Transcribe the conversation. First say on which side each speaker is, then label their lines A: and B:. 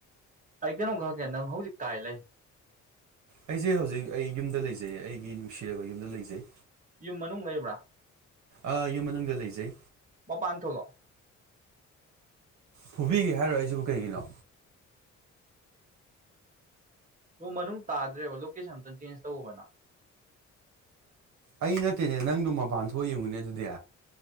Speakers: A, on the right; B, on the right.
A: ꯑꯩ ꯀꯩꯅꯣꯝ ꯈꯛꯒꯦ ꯅꯪ ꯍꯧꯖꯤꯛ ꯀꯥꯏ ꯂꯩ
B: ꯑꯩꯁꯦ ꯍꯧꯖꯤꯛ ꯑꯩ ꯌꯨꯝꯗ ꯂꯩꯖꯩ ꯑꯩꯒꯤ ꯅꯨꯡꯁꯤꯔꯕ ꯌꯨꯝꯗ ꯂꯩꯖꯩ
A: ꯌꯨꯝ ꯃꯅꯨꯡ ꯂꯩꯕ꯭ꯔꯥ
B: ꯑ ꯌꯨꯝ ꯃꯅꯨꯡꯗ ꯂꯩꯖꯩ
A: ꯃꯄꯥꯟ ꯊꯣꯛꯂꯛꯑꯣ
B: ꯐꯨꯕꯤꯒꯦ ꯍꯥꯏꯔꯣ ꯑꯩꯁꯤꯕꯨ ꯀꯩꯒꯤꯅꯣ
A: ꯅ ꯃꯅꯨꯡ ꯇꯥꯗ꯭ꯔꯦꯕ ꯂꯣꯀꯦꯁꯟ ꯑꯝꯇꯪ ꯆꯦꯟꯖ ꯇꯧꯑꯣꯕꯅꯪ
B: ꯑꯩ ꯅꯠꯇꯦꯅꯦ ꯅꯪꯗꯨꯝ ꯃꯄꯥꯟ ꯊꯣꯛꯑ ꯌꯦꯡꯉꯨꯅꯦ ꯑꯗꯨꯗꯤ